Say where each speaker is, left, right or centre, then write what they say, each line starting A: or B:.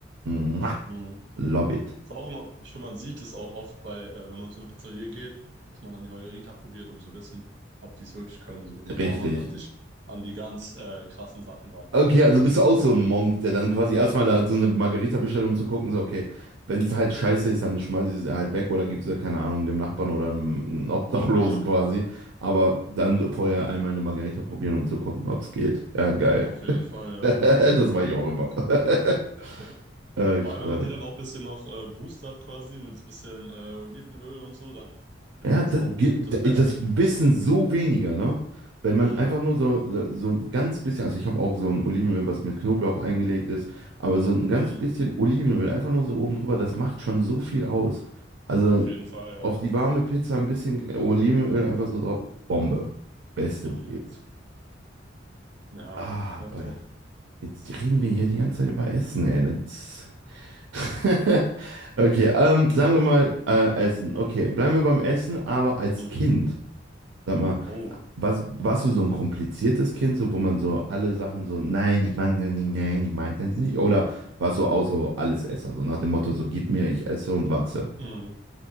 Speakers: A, on the right; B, on the right.
A: Mua,
B: Mhm.
A: Love it.
B: Ist auch immer, ich finde, man sieht es auch oft bei, äh, wenn man zu einer Pizzeria geht, dass man dann die Margherita probiert, um zu wissen, ob die es wirklich können, so, bevor
A: Richtig.
B: man dann sich an die ganz äh, krassen Sachen wagt.
A: Okay, also bist du auch so ein Monk, der dann quasi erstmal da so eine Margarita bestellt, um zu gucken, so, okay, wenn es halt scheiße ist, dann schmeiße ich es halt weg oder gib's es, keine Ahnung, dem Nachbarn oder einem Obdachlosen
B: Ja,
A: quasi. Aber dann vorher einmal eine Margarita probieren, um zu gucken, ob's geht. Ja, geil.
B: auf
A: <laughs>
B: jeden Fall, ja.
A: Das mache ich auch immer. <laughs>
B: ja. <laughs>
A: Ja,
B: Vor
A: stark.
B: allem, wenn man die dann auch ein bisschen noch äh, boostert quasi mit ein bisschen äh, Olivenöl und so, dann finde
A: Ja,
B: ich das
A: das,
B: auch
A: ge-
B: mit das Beste.
A: das wissen so weniger, ne? Wenn man
B: Mhm.
A: einfach nur so, so so ein ganz bisschen, also ich habe auch so ein Olivenöl, was mit Knoblauch eingelegt ist, aber so ein ganz
B: Mhm.
A: bisschen Olivenöl, einfach nur so oben drüber, das macht schon so viel aus. Also
B: Auf jeden Fall, ja,
A: auf die
B: ja.
A: warme Pizza ein bisschen Olivenöl einfach so drauf, Bombe. Beste,
B: Mhm.
A: wo gibt.
B: Ja,
A: Ah,
B: doch,
A: boy.
B: doch.
A: Jetzt reden wir hier die ganze Zeit über Essen, ey. Das ist... <laughs> Okay, ähm, sagen wir mal äh, Essen. Okay, bleiben wir beim Essen, aber als
B: Mhm.
A: Kind. Sag mal,
B: Oh.
A: Was, warst du so ein kompliziertes Kind, so wo man so alle Sachen so, nein, ich mag das nicht, nein, ich mag das nicht? Oder warst du auch so Allesesser, so nach dem Motto, so gib mir, ich esse und wachse?
B: Mhm.